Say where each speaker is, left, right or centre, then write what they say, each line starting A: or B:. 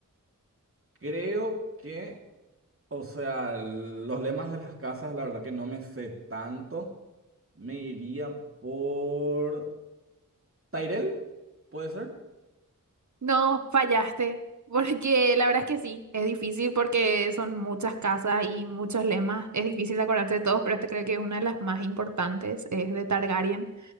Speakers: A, on the right; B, on the right.
A: Creo que, o sea, l- los lemas de las casas, la verdad que no me sé tanto. Me iría por... ¿Tyrell? ¿Puede ser?
B: No, fallaste, <laughs> porque la verdad es que sí, es difícil porque son muchas casas y muchos lemas. Es difícil de acordarse de todos, pero este creo que una de las más importantes es de Targaryen,